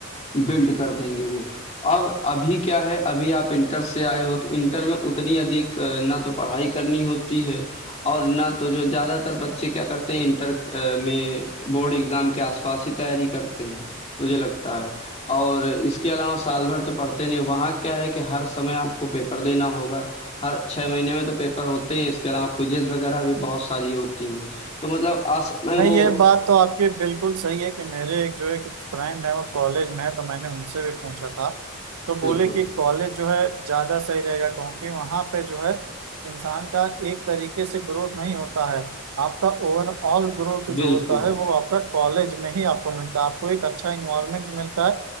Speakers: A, on the left; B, on the right.
A: बिल्ड कर देंगे वो। अब अभी क्या है अभी आप इंटर से आए हो तो इंटर में उतनी अधिक अ, ना तो पढ़ाई करनी होती है और ना तो जो ज़्यादातर बच्चे क्या करते हैं इंटर अ, में बोर्ड एग्ज़ाम के आसपास ही तैयारी करते हैं मुझे लगता है और इसके अलावा साल भर तो पढ़ते नहीं वहाँ क्या है कि हर समय आपको पेपर देना होगा हर छः महीने में तो पेपर होते हैं इसके अलावा क्विजेज वगैरह भी बहुत सारी होती हैं तो मतलब आस में
B: नहीं
A: वो
B: ये बात तो आपकी बिल्कुल सही है कि मेरे एक जो एक फ्रेंड है वो कॉलेज में है तो मैंने उनसे भी पूछा था तो
A: बिल्कुल
B: बोले कि कॉलेज जो है ज़्यादा सही रहेगा क्योंकि वहाँ पे जो है इंसान का एक तरीके से ग्रोथ नहीं होता है आपका ओवरऑल ग्रोथ जो
A: बिल्कुल
B: होता है वो आपका कॉलेज में ही आपको मिलता है आपको एक अच्छा इन्वायरमेंट मिलता है